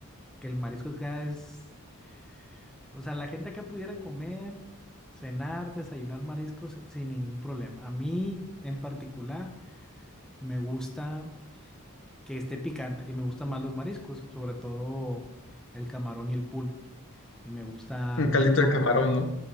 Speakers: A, in the centre; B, on the left.
A: que el marisco acá es... O sea, la gente acá pudiera comer, cenar, desayunar mariscos si- sin ningún problema. A mí en particular me gusta que esté picante y me gustan más los mariscos, sobre todo el camarón y el pulpo. Y me gusta
B: Un
A: mucho.
B: caldito de camarón, ¿no?